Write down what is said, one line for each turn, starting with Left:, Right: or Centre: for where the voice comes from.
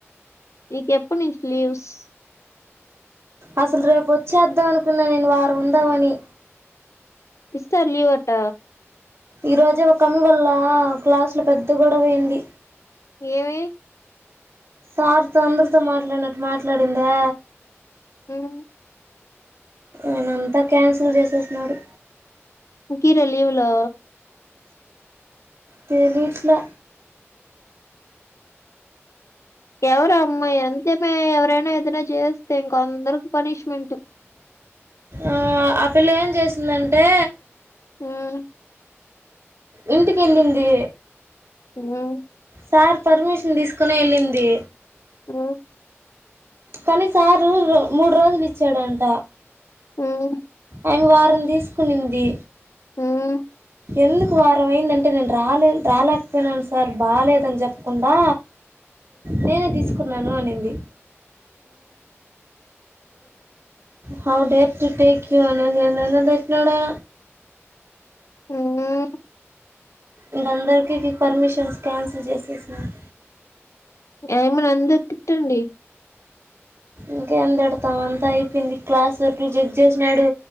Left: నీకు ఎప్పటి నుంచి లీవ్స్
Right: అసలు రేపు వచ్చేద్దాం అనుకున్నా నేను వారం ఉందామని
Left: ఇస్తరా లీవ్ అట్ట
Right: ఈ రోజే ఒక అన్న వల్ల క్లాసులో పెద్ద గొడవ అయింది
Left: ఏమి
Right: సార్తో అందరితో మాట్లాడినట్టు మాట్లాడిందా
Left: హ్మ్మ్
Right: నేనంతా క్యాన్సిల్ చేసేసినడు
Left: ఇంకీరా లీవులు
Right: తేలిట్లా
Left: ఎవరు అమ్మా అంతే మే ఎవరైనా ఏదైనా చేస్తే ఇంకో అందరికి పనిష్మెంట్.
Right: ఆ ఆ పిల్ల ఏం చేసిందంటే
Left: హ్మ్మ్
Right: ఇంటికి ఎళ్ళింది
Left: హ్మ్మ్
Right: సార్ పర్మిషన్ తీసుకునే వెళ్ళింది
Left: ఆమ్
Right: కానీసారు మూడు రోజులు ఇచ్చాడంట
Left: ఆమ్
Right: ఆమె వారం తీసుకునింది
Left: ఆమ్
Right: ఎందుకు వారం అయిందంటే నేను రాలే రాలేకపోయినాను సార్ బాగాలేేదని చెప్పకుండా నేనే తీసుకు కున్నాను అనింది హౌడేట్ టేక్ యూ అని నన్నెందుకు తిట్టినాడు
Left: హమ్మ్
Right: ఇంక అందరికీ పర్మిషన్స్ క్యాన్సిల్ చేసేసినాడు
Left: ఆయమ్మని అందరు తిట్టండి
Right: ఇంకేం తిడతాం అంతా అయిపోయింది క్లాస్ వర్క్లు జడ్జ్ చేసినాడు